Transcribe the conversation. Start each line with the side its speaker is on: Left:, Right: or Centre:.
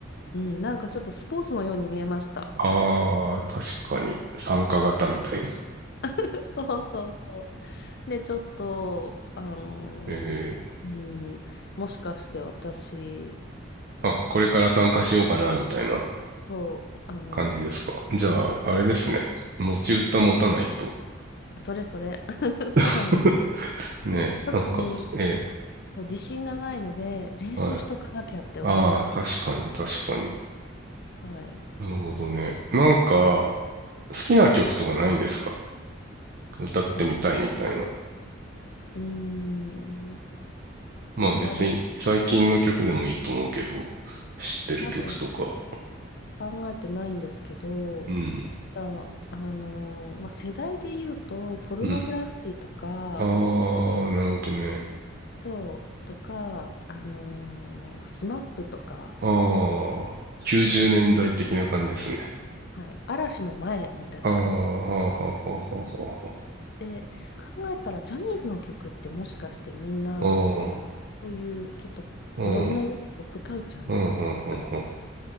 Left: うん、なんかちょっとスポーツのように見えました。
Right: ああ、確かに、参加型みたいな。
Left: <laughs> そうそうそう。で、ちょっと、あのー、
Right: ええ。
Left: うん、もしかして私、
Right: あ、
Left: あの、
Right: これから参加しようかな、
Left: から
Right: みたいな。
Left: そう、あの
Right: 感じですか。じゃあ、あれですね。持ち歌持たないと。
Left: ー、それそれ、<laughs> そうなんですよ。
Right: <laughs> ね、
Left: で、特に
Right: なんか、え
Left: そう自信がないので、練習しとかなきゃって思います。
Right: え、はい。ああ、確かに、確かに。
Left: はい。
Right: なるほどね。なんか、好きな曲とかないんですか歌ってみたいみたいな。
Left: え、うーん、
Right: まあ別に最近の曲でもいいと思うけど、
Left: うんまだ、
Right: 知ってる曲とか。
Left: まだ考えてないんですけど、
Right: うん。
Left: ただ、あのー、まあ、世代で言うと、ポルノグラフィティとか、
Right: うん。ああ、なるほどね。
Left: そう、とか、あのー、スマップとか、
Right: ああ、90年代的な感じですね。
Left: そう、はい、嵐の前みたいな感じ
Right: ああ、はあはあはあは
Left: で、考えたら、ジャニーズの曲ってもしかしてみんな、
Right: あはあ。
Left: そういうちょっとノリの良いポップカルチャーな
Right: うん。うん。うん。うん。
Left: 感じで、
Right: うん。